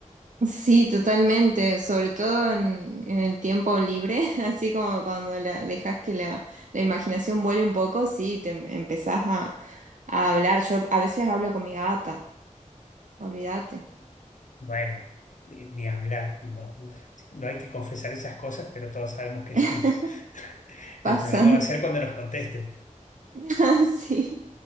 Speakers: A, on the right; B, on the left.
A: Sí, totalmente, sobre todo en, en el tiempo libre, <laughs> así como cuando la, dejas que la, la imaginación vuele un poco, sí, te em- empezás a, a hablar. Yo a veces hablo con mi gata, olvídate,
B: Bueno, ni ni hablar, no, no no hay que confesar esas cosas, pero todos sabemos que
A: <laughs>
B: sí. <laughs>
A: pasan
B: El problema va a ser cuando nos contesten.
A: <laughs> así.